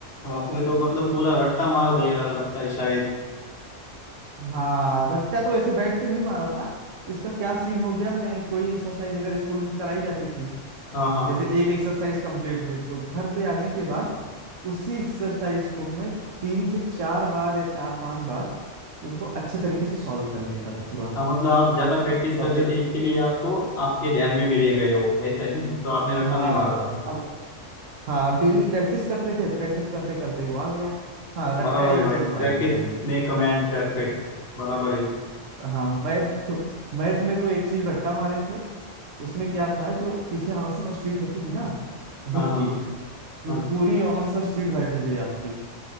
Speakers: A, on the left; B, on the right.
A: आपने तो मतलब पूरा रट्टा मार दिया लगता है शायद
B: हाँ रट्टा तो ऐसे बैठ के नहीं मारा था इसका क्या सीन हो गया मैं कोई एक्सरसाइज अगर स्कूल में कराई जाती थी
A: हाँ हाँ
B: जैसे
A: हाँ
B: एक एक्सरसाइज कंप्लीट हुई तो घर पे आने के बाद उसी एक्सरसाइज को मैं तीन से चार बार या चार पांच बार उसको अच्छे तरीके से सॉल्व कर लेता था पूरा
A: हाँ मतलब आप ज्यादा प्रैक्टिस
B: और
A: कर रहे
B: जब
A: थे इसके लिए आपको आपके ध्यान में भी रह गए हो ऐसा है ना मतलब आपने रट्टा
B: हाँ
A: नहीं मारा था।
B: अब हाँ अब डेली प्रैक्टिस करते थे प्रैक्टिस करते करते वो आ गया हाँ रट्टा
A: बराबर है
B: एक
A: भाई
B: चीज मारे
A: practice
B: थे भाई
A: make a man perfect बराबर है
B: हाँ मैथ मैथ में तो एक चीज रट्टा मारे थे उसमें क्या था जो पीछे आंसर शीट होती थी ना
A: हाँ
B: बुक
A: हाँ
B: की
A: हाँ
B: वो
A: हाँ।
B: पूरी आंसर शीट भाई मुझे याद थी